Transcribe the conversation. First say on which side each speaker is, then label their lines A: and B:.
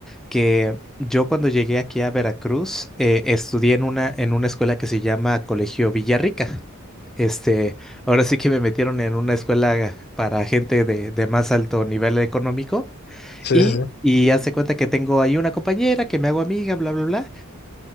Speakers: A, in the centre; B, on the left.
A: que yo cuando llegué aquí a Veracruz eh, estudié en una, en una escuela que se llama Colegio Villarrica. Este, ahora sí que me metieron en una escuela para gente de, de más alto nivel económico
B: Sí,
A: y,
B: sí, sí.
A: y haz de cuenta que tengo ahí una compañera que me hago amiga, bla, bla, bla.